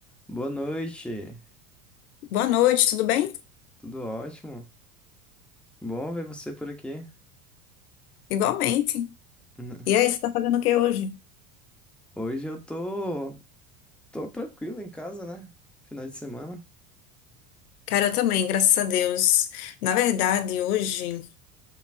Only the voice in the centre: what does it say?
Boa noite,
tudo ótimo. Bom ver você por aqui.
<laughs>
Hoje eu tô, tô tranquilo em casa, né? Final de semana.